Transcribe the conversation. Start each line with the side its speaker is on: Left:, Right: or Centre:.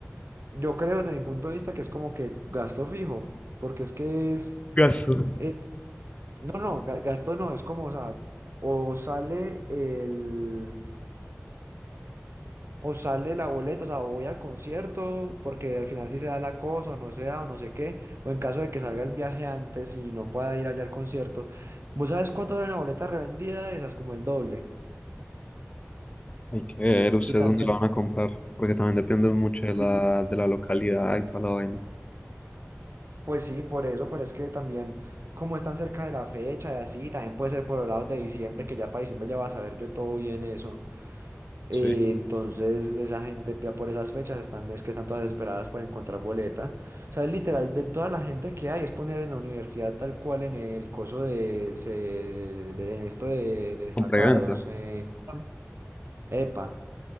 Right: Yo creo desde mi punto de vista que es como que gasto fijo, porque es que es,
Left: Gasto.
Right: eh, no, no, ga- gasto no, es como, o sea, o sale el, o sale la boleta, o sea, o voy al concierto, porque al final sí se da la cosa, o no se da, o no sé qué, o en caso de que salga el viaje antes y no pueda ir allá al concierto, ¿vos sabes cuánto vale una boleta revendida de esas? Como el doble,
Left: Hay que ver ustedes
Right: y tan,
Left: dónde
Right: sen-
Left: lo van a comprar, porque también depende mucho de la,
Right: y
Left: de la localidad y toda la vaina.
Right: Pues sí, por eso, pero es que también, como están cerca de la fecha y así, también puede ser por los lados de diciembre, que ya para diciembre ya va a saber yo todo bien eso. Eh,
Left: Sí,
Right: entonces, esa gente ya por esas fechas están, es que están todas desesperadas por encontrar boleta. O sea, es literal, de toda la gente que hay, es poner en la universidad tal cual en el coso de, ese- de esto de destacados.
Left: compra y venta.
Right: eh, ¿cómo se llama? EPA